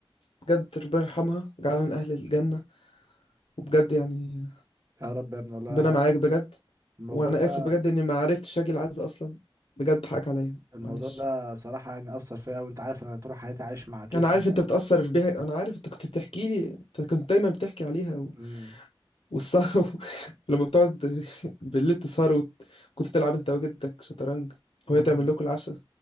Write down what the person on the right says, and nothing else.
يا رب يا ابني والله
انا
اصلا
الموضوع
ده
الموضوع
ده صراحه يعني اثر فيا وانت عارف انا طول حياتي عايش مع تيتا
امم
امم